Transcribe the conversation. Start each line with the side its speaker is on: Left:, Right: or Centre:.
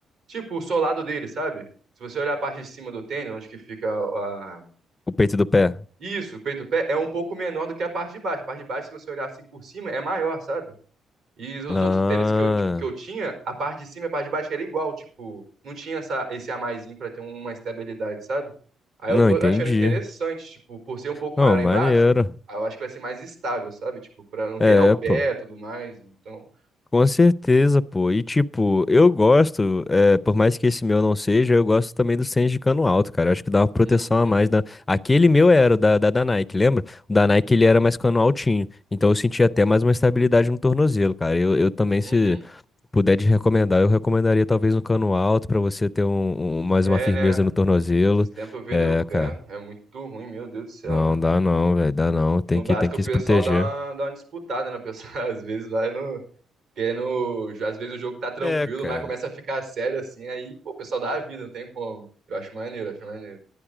Right: Tipo, o solado dele, sabe? Se você olhar a parte de cima do tênis, onde que fica a.
Left: O peito do pé.
Right: Isso, o peito do pé, é um pouco menor do que a parte de baixo. A parte de baixo, se você olhar assim por cima, é maior, sabe? E os
Left: Ah,
Right: outros tênis que eu, tipo, que eu tinha, a parte de cima e a parte de baixo era igual, tipo, não tinha essa, esse a maisinho pra ter uma estabilidade, sabe? Aí
Left: não
Right: eu tô
Left: entendi.
Right: achando interessante, tipo, por ser um pouco
Left: Não,
Right: maior
Left: maneiro.
Right: embaixo, aí eu acho que vai ser mais estável, sabe? Tipo, pra não virar
Left: É,
Right: o pé
Left: pô.
Right: e tudo mais, então...
Left: Com certeza, pô. E tipo, eu gosto, é, por mais que esse meu não seja, eu gosto também do Sense de cano alto, cara. Acho que dá uma proteção
Right: Uhum,
Left: a mais. Na... Aquele meu era o da, da, da Nike, lembra? O da Nike ele era mais cano altinho. Então eu sentia até mais uma estabilidade no tornozelo, cara. Eu, eu também, se
Right: uhum.
Left: puder te recomendar, eu recomendaria talvez um cano alto pra você ter um, um- mais
Right: É,
Left: uma firmeza
Right: né?
Left: no tornozelo.
Right: Esses tempos eu virei
Left: É,
Right: o pé,
Left: cara.
Right: é muito ruim, meu Deus do céu.
Left: Não, dá não, velho. Dá não. Tem
Right: No básico
Left: que, tem que
Right: o pessoal
Left: se proteger.
Right: dá uma, dá uma disputada, né? O pessoal <laughs> às vezes vai no... Porque no, às vezes o jogo tá tranquilo,
Left: É, cara.
Right: mas começa a ficar sério assim, aí, pô, o pessoal dá a vida, não tem como. Eu acho maneiro, acho maneiro.